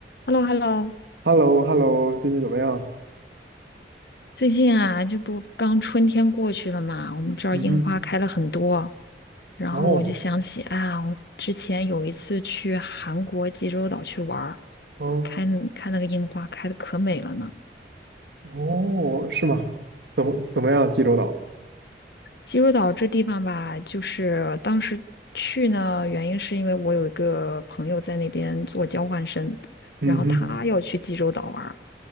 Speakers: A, on the left; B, on the right.
A: Hello，Hello，
B: h e l l o h e l l o 最近怎么样？
A: 最近啊，这不刚春天过去了嘛，我们这儿樱花开了很多，
B: 嗯哼，
A: 然后我就想起啊，
B: 哦，
A: 我之前有一次去韩国济州岛去玩儿，
B: 嗯，
A: 看看那个樱花开的可美了呢。
B: 哦，是吗？怎么怎么样？济州岛？
A: 济州岛这地方吧，就是当时去呢，原因是因为我有一个朋友在那边做交换生，
B: 嗯哼，
A: 然后他要去济州岛玩儿，